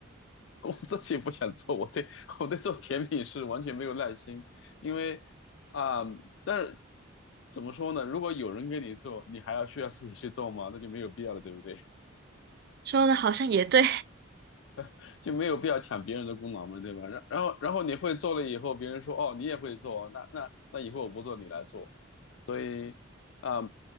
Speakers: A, on the left (about 60°); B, on the right (about 50°).
A: <laughs> 我自己不想做，我对我对做甜品是完全没有耐心，因为啊、但是怎么说呢？如果有人给你做，你还要需要自己去做吗？那就没有必要了，对不对？
B: 说的好像也对，
A: <laughs> 就没有必要抢别人的功劳嘛，对吧？然然后然后你会做了以后，别人说哦你也会做，那那那以后我不做你来做，所以啊、